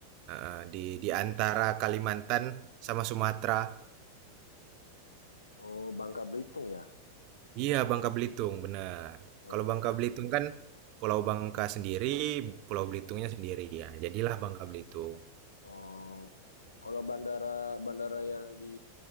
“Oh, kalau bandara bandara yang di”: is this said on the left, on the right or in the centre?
Left